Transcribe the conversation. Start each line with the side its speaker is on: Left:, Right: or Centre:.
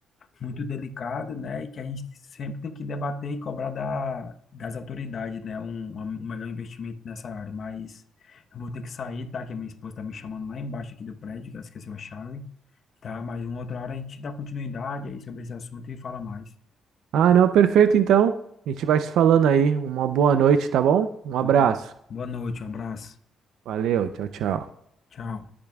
Left: muito delicado, né? E que a gente sempre tem que debater e cobrar da, das autoridades, né? Um, um melhor investimento nessa área. Mas eu vou ter que sair, tá? Que a minha esposa tá me chamando lá embaixo aqui do prédio, que ela esqueceu a chave, tá? Mas uma outra hora a gente dá continuidade aí sobre esse assunto e fala mais.
Right: Ah, não, perfeito, então. A gente vai se falando aí. Uma boa noite, tá bom? Um abraço.
Left: Boa boa noite, um abraço.
Right: Valeu, tchau, tchau.
Left: Tchau.